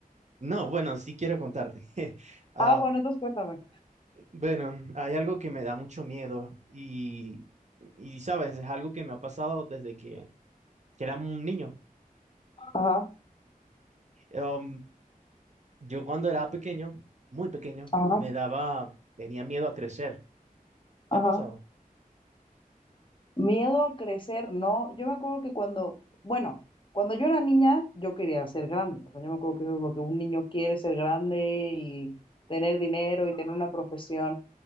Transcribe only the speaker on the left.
Ah, bueno, entonces cuéntame.
Ajá,
ajá,
ajá.
Miedo a crecer, ¿no? Yo me acuerdo que cuando, bueno, cuando yo era niña, yo quería ser grande. O sea, yo me acuerdo que eso es lo que un niño quiere, ser grande y tener dinero y tener una profesión.